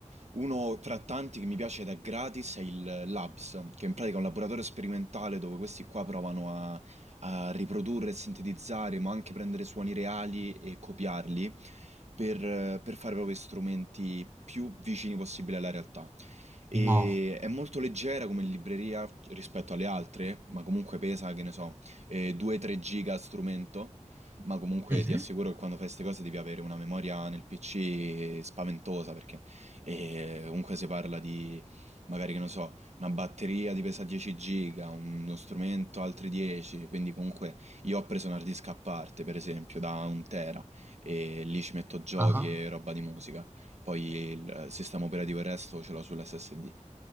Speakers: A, on the right; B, on the right.
A: Uno tra tanti che mi piace ed è gratis è il Labs, che in pratica è un laboratorio sperimentale dove questi qua provano a, a riprodurre e sintetizzare, ma anche prendere suoni reali e copiarli per, per fare proprio strumenti più vicini possibile alla realtà. E
B: mo.
A: è molto leggera come libreria rispetto alle altre, ma comunque pesa, che ne so, eh, 2-3 giga a strumento, ma comunque
B: Mhm.
A: ti assicuro che quando fai queste cose devi avere una memoria nel PC spaventosa, perché eh, comunque si parla di, magari che ne so, una batteria di pesa 10 giga, uno strumento altri 10, quindi comunque io ho preso un hard disk a parte, per esempio, da un tera, e lì ci metto giochi
B: Ah.
A: e roba di musica. Poi il sistema operativo e il resto ce l'ho sull'SSD.